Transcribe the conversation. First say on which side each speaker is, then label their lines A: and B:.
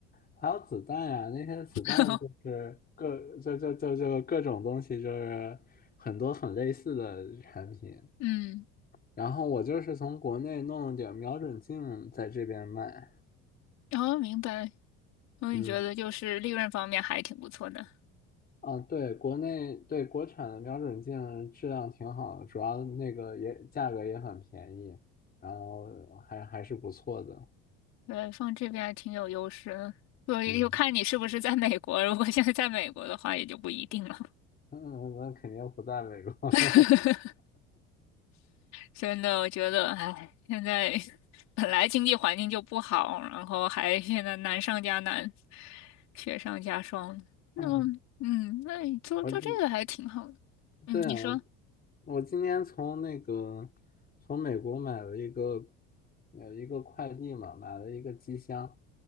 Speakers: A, on the left; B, on the left.
A: 还有子弹呀，那些子弹就是各就就就就各种东西，
B: <laughs>
A: 就是很多很类似的产品，
B: 嗯，
A: 然后我就是从国内弄了点瞄准镜在这边卖，
B: 哦，明白。所以你觉得就是利润方面还挺不错的。
A: 嗯。啊，对，国内对国产的瞄准镜质量挺好的，主要那个也价格也很便宜，然后还还是不错的。
B: 对，放这边还挺有优势的，所以就看你是不是在美国。
A: 嗯
B: 如果现在在美国的话，也就不一定了。
A: 嗯，那肯定不在美国。<laughs>
B: <laughs> 真的，我觉得，唉，现在本来经济环境就不好，然后还现在难上加难，雪上加霜。那么，
A: 嗯，
B: 嗯，那你做做这个还挺好的。
A: 我
B: 嗯，
A: 对我
B: 你说，
A: 我今天从那个从美国买了一个呃一个快递嘛，买了一个机箱，